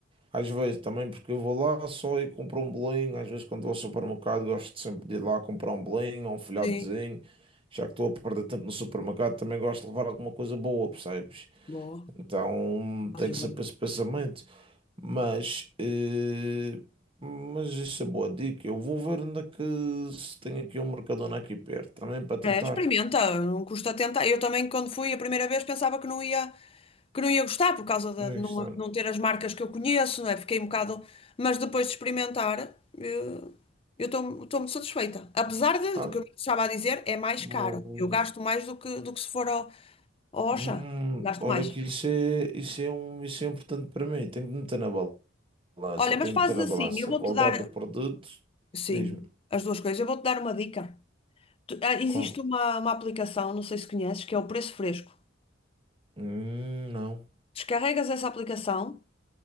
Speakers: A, on the right; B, on the left.
A: Às vezes também porque eu vou lá só e compro um bolinho, às vezes quando vou ao supermercado gosto sempre de ir lá comprar um bolinho ou um folhadozinho,
B: Sim.
A: já que estou a perder tempo no supermercado, também gosto de levar alguma coisa boa, percebes?
B: Boa.
A: Então
B: Fazes
A: tenho sempre
B: bem.
A: esse pensamento. Mas, eh, mas isso é boa dica. Eu vou ver onde é que se tem aqui um Mercadona aqui perto também para tentar.
B: É, experimenta, não custa tentar. Eu também, quando fui a primeira vez, pensava que não ia, que não ia gostar por causa
A: Next
B: de não,
A: time.
B: não ter as marcas que eu conheço, não é? Fiquei um bocado. Mas depois de experimentar, eu estou estou muito satisfeita. Apesar de,
A: Ah,
B: do que eu estava a dizer, é mais
A: vou-
B: caro. Eu gasto mais do que, do que se for ao, Oxa,
A: Hum,
B: gasto
A: olha
B: mais.
A: que isso é, isso é um, isso é importante para mim. Tenho que meter na balança.
B: Olha,
A: Tenho
B: mas fazes
A: que meter na
B: assim,
A: balança.
B: eu vou-te
A: A qualidade
B: dar,
A: do produto.
B: sim,
A: Diz-me.
B: as duas coisas, eu vou-te dar uma dica. Tu- ah, Existe
A: Qual?
B: uma, uma aplicação, não sei se conheces, que é o Preço Fresco.
A: Hum, não.
B: Descarregas essa aplicação